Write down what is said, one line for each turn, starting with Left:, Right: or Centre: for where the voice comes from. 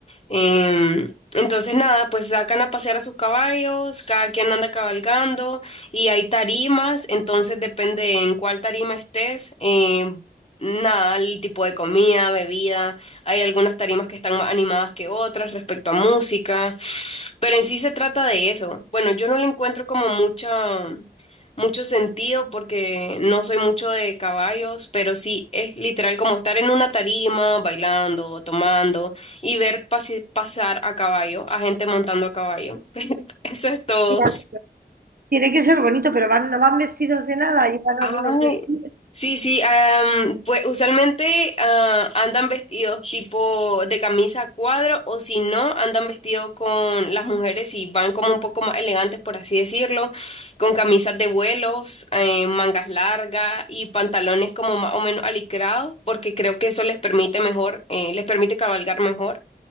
Left: Em, entonces, nada, pues sacan a pasear a sus caballos, cada quien anda cabalgando y hay tarimas, entonces depende en cuál tarima estés, em, nada, el tipo de comida, bebida, hay algunas tarimas que están más animadas que otras respecto a música, pero en sí se trata de eso. Bueno, yo no le encuentro como mucha, mucho sentido porque no soy mucho de caballos, pero sí es literal como estar en una tarima, bailando, tomando y ver pasi- pasar a caballo, a gente montando a caballo. <laughs> Eso es todo.
Right: Mira, tiene que ser bonito, pero van, no van vestidos de nada, llevan
Left: Ay,
Right: algunos vestidos.
Left: Sí, sí, am, pues usualmente ah, andan vestidos tipo de camisa a cuadro o si no, andan vestidos con las mujeres y van como un poco más elegantes, por así decirlo, con camisas de vuelos, eh, mangas largas y pantalones como más o menos alicrados, porque creo que eso les permite mejor, eh, les permite cabalgar mejor.